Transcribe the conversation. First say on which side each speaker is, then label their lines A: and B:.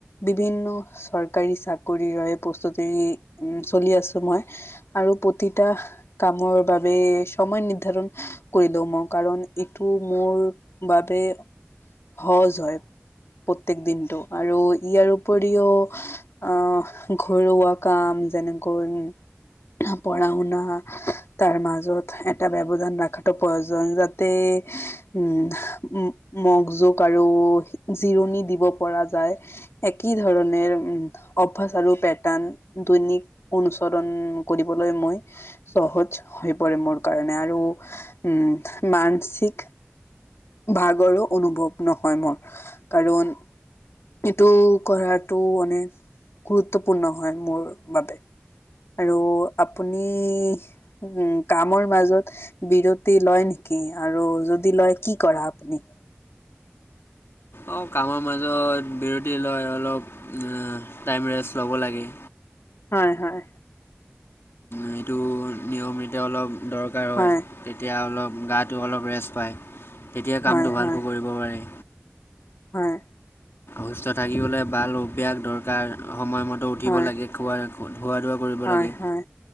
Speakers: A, on the left; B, on the left.
A: বিভিন্ন চৰকাৰী চাকৰিৰ বাবে প্ৰস্তুতি উম, চলি আছো মই। আৰু প্ৰতিটা কামৰ বাবে সময় নিৰ্ধাৰণ কৰিলেও মই কাৰণ এইটো মোৰ বাবে- সহজ হয় প্ৰত্যেক দিনটো আৰু ইয়াৰ উপৰিও অ ঘৰুৱা কাম যেনেকৈ উম--' পঢ়া- শুনা তাৰ মাজত এটা ব্যয়ধান ৰাখাটো প্ৰয়োজন যাতে উম- মগজুক আৰু জিৰণি দিব পৰা যায়। একেই ধৰণেৰে উম অভ্যাস আৰু পেটাৰ্ণ দৈনিক অনুচৰণ কৰিবলৈ মই সহজ হৈ পৰে মোৰ কাৰণে আৰু উম মানসিক ভাগৰো অনুভৱ নহয় মোৰ, কাৰণ এইটো কৰাটো মানে গুৰুত্বপূৰ্ণ হয় মোৰ বাবে। আৰু আপুনি উম কামৰ মাজত বিৰতি লয় নেকি আৰু যদি লয় কি কৰা আপুনি?
B: অঁ কামৰ মাজত বিৰতি লয় অলপ টাইম ৰেষ্ট ল'ব লাগে।
A: হয়- হয়।
B: এইটো নিয়মিটো অলপ ধৰক <unintelligible>
A: হয়
B: তেতিয়া অলপ গাটো অলপ ৰেষ্ট পায় তেতিয়া
A: হয়
B: কামটো
A: হয়
B: ভালকৈ কৰিব পাৰি।
A: হয়।
B: সুস্থ থাকিবলৈ ভাল অভ্যাস দৰকাৰ সময়মতো উঠিব
A: হয়
B: লাগে খোৱা ধোৱা কৰিব
A: হয়
B: লাগে।
A: হয় হয়